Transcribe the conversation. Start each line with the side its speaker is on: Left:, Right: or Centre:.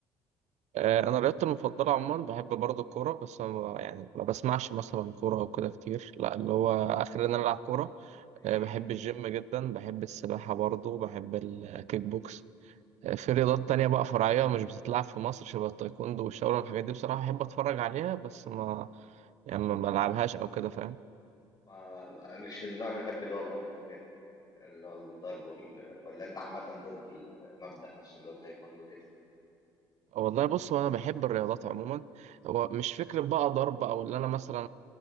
Right: آه انا رياضتي المفضلة عموما بحب برضه الكورة بس أنا ما- يعني ما بسمعش مثلا كورة او كده كتير لا اللي هو اخر ان انا العب كورة
Left: مم.
Right: آه بحب الجيم جدا بحب السباحة برضه بحب الكيك بوكس آه في رياضات تانية بقى فرعية مش بتتلعب في مصر شبه التايكوندو والشاولين والحاجات دي بصراحة بحب اتفرج عليها بس ما يعني ما بلعبهاش او كده فاهم
Left: آه، مش من النوع اللي بيحب اللي هو العنف وكده اللي هو الضرب وال... ولا أنت عامة ضد المبدأ نفسه اللي هو التايكوندو كده
Right: والله بص هو انا بحب الرياضات عموما هو مش فكره بقى ضرب او اللي انا مثلا